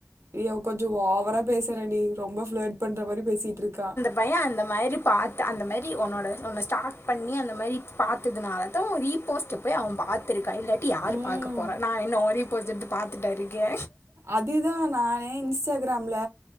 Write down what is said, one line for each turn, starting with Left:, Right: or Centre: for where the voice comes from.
Right: ஐயோ அவ கொஞ்ச ஓவரா பேசுறேண்டி ரொம்ப ஃப்ளட் பண்ற மாரி பேசிட்டு இருக்கா
Left: பைய அந்த மாரி பாத்து அந்த மாரி உன்னோட உன்ன ஸ்டார்ட் பண்ணி அந்த மாரி பாத்ததுனால தா உன்ன ரீபோஸ்ட் ட்டு போய் அவன் பாத்துருக்கான் இல்லாட்டி யார்
Right: ம்
Left: பாக்க போறா நான் என்ன ஓ ரிப்போர்ட எடுத்து பாத்துட்டா இருக்கே
Right: அதுதா நா என் இன்ஸ்டாகிராம்ல